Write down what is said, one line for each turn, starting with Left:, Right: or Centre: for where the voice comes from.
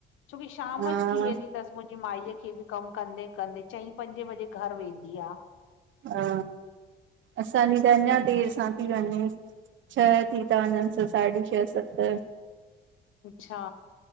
Left: छो की शाम
Right: हा
Left: जो थी वेंदी अथसि मुंहिंजी माई खे बि कमु कंदे। चईं पंजे बजे घर वेंदी आ।
Right: हा असांजी त अञा
Left: ऐं
Right: देरि सां थी वञे छह थी था वञनि स साढी छह सत
Left: अच्छा,